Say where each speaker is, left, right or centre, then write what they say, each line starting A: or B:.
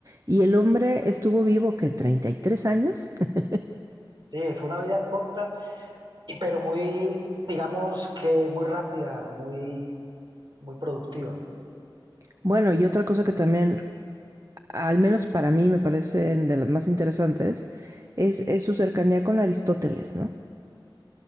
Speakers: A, on the right (about 40°); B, on the right (about 60°).
A: y el hombre estuvo vivo que treinta y tres años. <laughs>
B: Sí, fue una vida corta, y- pero muy, digamos que muy rápida, muy, muy productiva.
A: Bueno, y otra cosa que también, al menos para mí, me parecen de las más interesantes, es, es su cercanía con Aristóteles, ¿no?